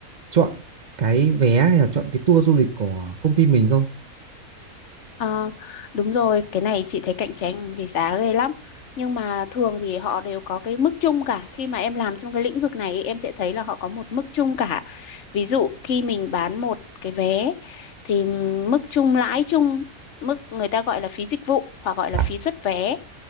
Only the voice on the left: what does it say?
Ờ, đúng rồi, cái này chị thấy cạnh tranh về giá ghê lắm. Nhưng mà thường thì họ đều có cái mức chung cả. Khi mà em làm trong cái lĩnh vực này ấy, em sẽ thấy là họ có một mức chung cả. Ví dụ khi mình bán một cái vé thì mức chung lãi chung, mức người ta gọi là phí dịch vụ hoặc gọi
là phí xuất vé